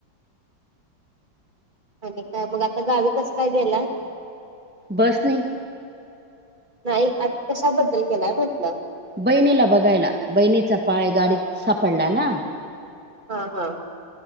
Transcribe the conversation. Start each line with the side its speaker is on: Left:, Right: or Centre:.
Right: आणि काय मग आता गावी कसं काय गेला.
Centre: बस नी
Right: नाही आत कशाबद्दल गेलाय म्हटलं.
Centre: बहिणीला बघायला बहिणीचा पाय गाडीत सापडला ना
Right: हा हा